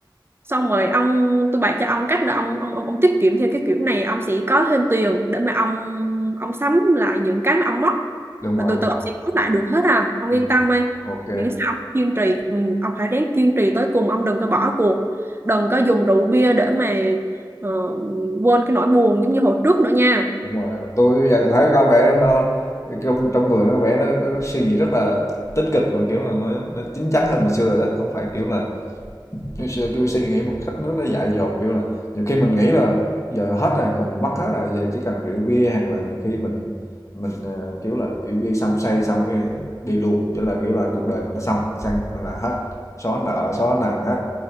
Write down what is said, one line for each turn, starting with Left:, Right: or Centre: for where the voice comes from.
Right: xong rồi ông tôi bày cho ông cách để ông, ông ông ông tiết kiệm theo cái kiểu này ông sẽ có thêm tiền để mà ông ông sắm lại những cái mà ông mất
Left: đúng
Right: và
Left: rồi
Right: từ
Left: đúng
Right: từ
Left: rồi
Right: ông sẽ có lại được hết à ông
Left: ừ.
Right: yên tâm đi
Left: ok
Right: miễn sao ông kiên trì ừ, ông phải ráng kiên trì tới cùng ông đừng có bỏ cuộc đừng có dùng rượu bia để mà ờ, quên cái nỗi buồn giống như hồi trước nữa nha
Left: Đúng rồi, tôi bây giờ thấy có vẻ nó trong trong người nó vẻ nó có suy nghĩ rất là tích cực rồi, kiểu là nó nó chín chắn hơn ngày xưa rồi đó, không phải kiểu là Ngày xưa, kiểu, suy nghĩ một cách rất là dại dột, kiểu là, nhiều khi mình nghĩ là giờ hết rồi, mình mất hết rồi, giờ chỉ cần rượu bia hoặc là nhiều khi mình mình, ờ, kiểu là, rượu bia xong say xong cái đi luôn, nghĩa là, kiểu là, cuộc đời mình nó xong, xong là hết, xóa nợ, xóa nần hết